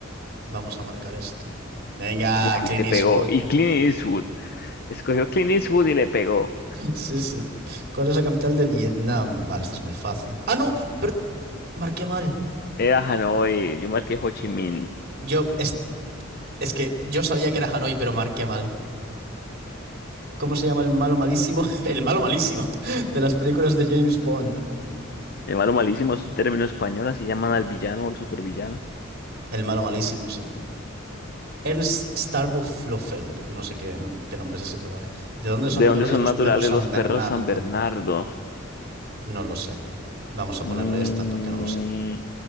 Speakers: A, on the right; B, on the left.
A: Vamos a marcar esta. Venga,
B: Uf,
A: Clint
B: y le
A: Eastwood.
B: pegó. Y
A: <laughs>
B: Clint Eastwood. Escogió Clint Eastwood y le pegó.
A: Sí, sí. ¿Cuál es la capital de Vietnam? Vale, esta es muy fácil. Ah, no, pero marqué mal.
B: Era Hanoi, yo marqué Ho Chi Minh.
A: Yo, es, es que yo sabía que era Hanoi, pero marqué mal. ¿Cómo se llama el malo malísimo? <laughs> El malo malísimo de las películas de James Bond.
B: El malo malísimo es un término español, así llaman al villano o al supervillano.
A: El malo malísimo, sí. Ernst Starbo Flofeld, no sé qué, no, qué nombre es ese, pero vale. ¿De dónde son
B: ¿De
A: naturales
B: dónde son
A: los
B: naturales
A: perros San
B: los
A: Bernardo?
B: perros San Bernardo?
A: No lo sé. Vamos a
B: Mm,
A: ponerle esta porque no lo sé.